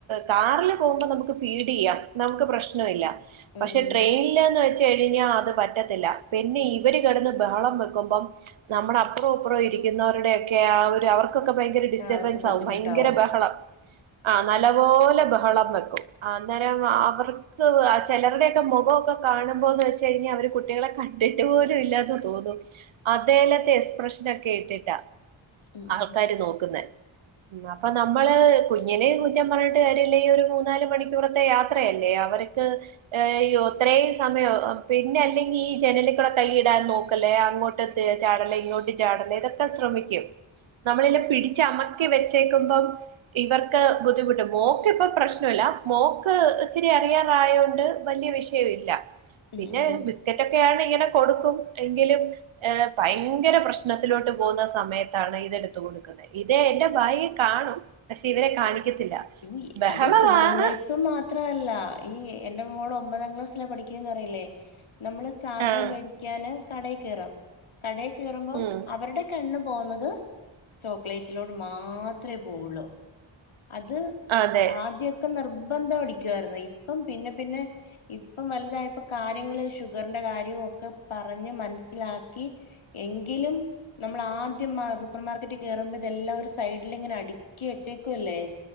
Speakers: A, on the right; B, on the left.
A: കാറില് പോവുമ്പോ നമുക്ക് ഫീഡെയ്യാം നമുക്ക് പ്രശ്നവില്ല
B: ഉം
A: പക്ഷെ
B: ഉം
A: ട്രെയിനില്ന്ന് വെ ച്ച് കഴിഞ്ഞാ അത് പറ്റത്തില്ല പിന്നെ ഇവര് കെടന്ന് ബഹളം വെക്കുമ്പം നമ്മടെ അപ്പുറം ഇപ്പുറം ഇരിക്കുന്നവരുടെയൊക്കെ ആ ഒരു അവർക്കൊക്കെ ഭയങ്കര ഡിസ്റ്റർബൻസാവും
B: ആഹ് അവർക്ക് ബുദ്ധിമുട്ടാവും
A: ഭയങ്കര ബഹളം ആഹ് നല്ലപോലെ ബഹളം വെക്കും അന്നേരം അവർ ക്കൊന്നും ചെലരുടെയൊക്കെ മുഖവൊക്കെ കാണുമ്പോന്ന് വെച്ച് കഴിഞ്ഞാ അവര് കുട്ടികളെ കണ്ടിട്ട് പോലും ഇല്ലാന്ന് തോന്നും അതേലത്തെ എക്സ്പ്രഷനൊക്കെ ഇട്ടിട്ടാ
B: ഉം ഉം
A: ആൾക്കാര് നോക്കുന്നേ അപ്പൊ നമ്മള് കുഞ്ഞിനേം കുറ്റം പറഞ്ഞിട്ട് കാര്യമില്ല ഈ ഒരു മൂന്നാല് മണിക്കൂറത്തെ യാ ത്രയല്ലേ? അവർക്ക് ഏഹ് അയ്യോ ഇത്രയും സമയം പിന്നെ അല്ലെങ്കി ഈ ജനലിക്കൂടെ കൈയിടാൻ നോക്കല് അങ്ങോട്ട് ട്ട് ചാടല് ഇങ്ങോട്ട് ചാടല് ഇതൊക്കെ ശ്രമിക്കും നമ്മളിലെ പിടിച്ചമക്കി വെച്ചേക്കുമ്പം ഇവർക്ക് ബുദ്ധിമുട്ട് മോക്കിപ്പോ പ്രശ്നവില്ല മോക്ക് ഇച്ചിരി അറിയാറായോണ്ട് വലിയ വിഷ യവില്ല
B: ഉം
A: പിന്നെ
B: ഉം
A: ബിസ്ക്കറ്റൊക്കെയാണ് ഇങ്ങനെ കൊടുക്കും എങ്കിലും ഏഹേ ഭയങ്കര പ്രശ്നത്തിലോട്ട് പോ വുന്ന സമയത്താണ് ഇതെടുത്ത് കൊടുക്കുന്നേ ഇത് എന്റെ ബാഗി കാണും പക്ഷെ ഇവരെ കാണിക്കത്തില്ല
B: ഇഞ്ഞി
A: ബഹളമാണ്
B: അത് കുഞ്ഞ്ങ്ങൾക്കും മാ ത്രവെല്ല ഈ എന്റെ മോള് ഒമ്പതാം ക്ലാസ്സിലാ പഠിക്ക്ന്ന് പറഞ്ഞില്ലേ നമ്മള് സാധനം
A: ആഹ്
B: വേടി ക്യാന് കടേകേറും കടേ കേറുമ്പം
A: ഉം
B: അവരുടെ കണ്ണ് പോവുന്നത് ചോക്ലൈറ്റിലോട്ട് മാത്രേ പോവൊള്ളു അത്
A: അതെ
B: ആദ്യൊക്കെ നിർബന്ധം അടിക്കുവായിരുന്നു ഇപ്പം പിന്നെ പിന്നെ ഇപ്പം വലുതായപ്പൊ കാര്യങ്ങള് ഷുഗർന്റെ കാര്യോം ഒക്കെ പറഞ്ഞ് മനസ്സിലാക്കി എങ്കിലും നമ്മളാദ്യം ആ സൂപ്പർ മാർക്കറ്റി കേറുമ്പെ ഇതെല്ലാം ഒരു സൈഡില് ഇങ്ങനെ അട്ക്കി വെച്ചേ ക്കുവല്ലേ